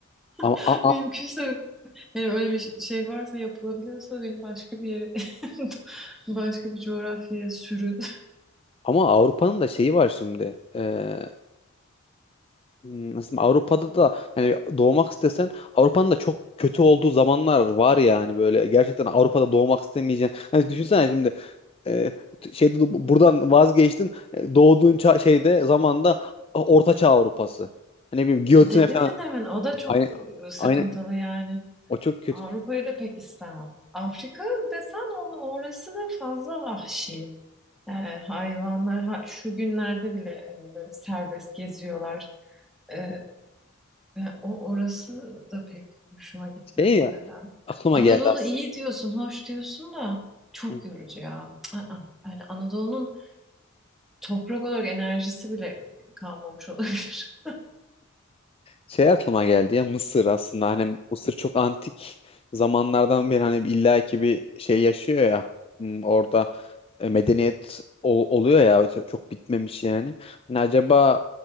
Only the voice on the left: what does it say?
ama
a-
a-
ama Avrupa'nın da şeyi var şimdi. Ee, mm, nasıl diyeyim, Avrupa'da da hani doğmak istesen Avrupa'nın da çok kötü olduğu zamanlar var yani böyle gerçekten Avrupa'da doğmak istemeyeceğin. Hani düşünsene şimdi e, şeyde buradan vazgeçtin. E, Doğduğun ça- şeyde zamanda o- Orta Çağ Avrupası. Hani ne bileyim giyotine
falan.
Aynen.
Aynen.
O çok kötü.
Şey
ya
aklıma
geldi aslında.
Hı.
Şey aklıma geldi ya Mısır aslında hani Mısır çok antik zamanlardan beri hani illa ki bir şey yaşıyor ya Hmm, orada e, medeniyet o- oluyor ya çok çok bitmemiş yani. Hani acaba